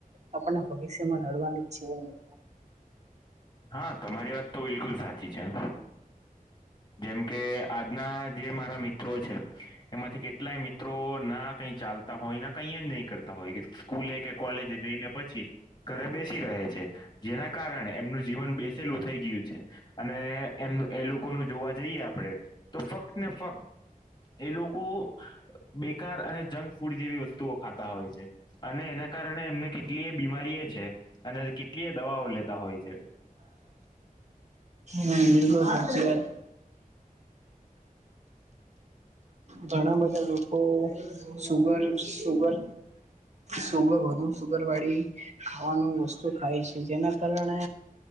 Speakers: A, on the right; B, on the left.
A: આપણને ભવિષ્યમાં નડવાનું જ છે એવું તો
B: હા તમારી વાત તો બિલકુલ સાચી છે. જેમ કે આજના જે મારા મિત્રો છે. એમાંથી કેટલાય મિત્રો ના કઈ ચાલતા હોય ના કઈ જ નહી કરતા હોય. સ્કૂલે કે કોલેજ જઈને પછી ઘરે બેસી રહે છે જેના કારણે એમનું. જીવન બેસેલું થઈ ગયું છે અને એમ એ લોકોનું જોવા જઈએ આપડે. તો ફક્ત ને ફક્ત. એ લોકો. બેકાર અને જંક ફૂડ જેવી વસ્તુઓ ખાતા હોય છે. અને એના કારણે એમને કેટલી એ બીમારી એ છે અને કેટલી એ દવાઓ લેતા હોય છે.
A: હ બલકુલ સાચી <inaudible> ઘણા બધા લોકો સુગર સુગર. સુગ વધુ સુગરવાડી. ખાવાનું વસ્તુ ખાય છે જેના કારણે.